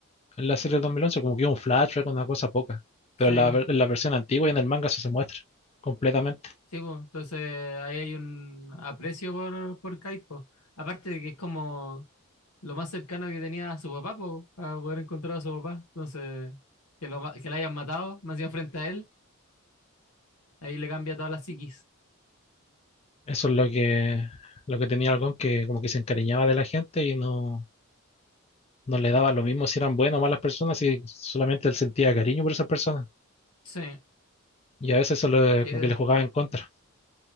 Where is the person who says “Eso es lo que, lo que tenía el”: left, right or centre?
Left